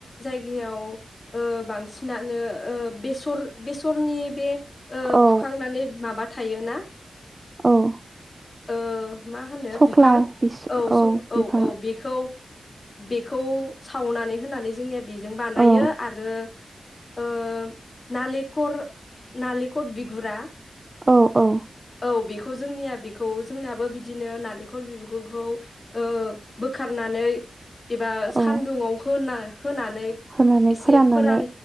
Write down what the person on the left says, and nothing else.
गायाव ओ बांसिनानो ओ बेस सर बेसरनि बे ओ
खुखांनानै माबा थायोना
ओ मा होनो
बिफां
औ स
औ औ बेखौ। बेखौ सावनानै होनानै जोंनिया बेजों बानायो
आरो। ओ नालिखर नालि कट बिगुरा।
औ बेखौ जोंनिया बेखौ जोंनियाबो बिदिनो नालेंखल बिगुरखौ ओ बोखारनानै एबा सानदुंआव
होना होनानै
एसे
फोरान